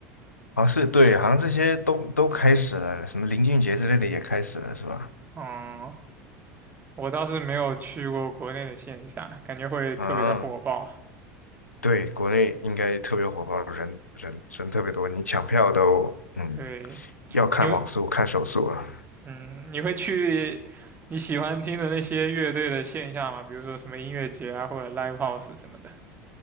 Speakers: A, on the left (about 80°); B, on the right (about 25°).
A: 好像是对，好像这些都都开始了，什么林俊杰之类的也开始了，是吧？
B: 嗯，我倒是没有去过国内的线下，感觉会特别的火爆。
A: 嗯，对，国内应该特别火爆，人人人特别多，你抢票都嗯
B: 对，
A: 要看网速，
B: 你会，
A: 看手速了。
B: 嗯，你会去你喜欢听的那些乐队的线下吗？比如说什么音乐节啊，或者 live house 什么的。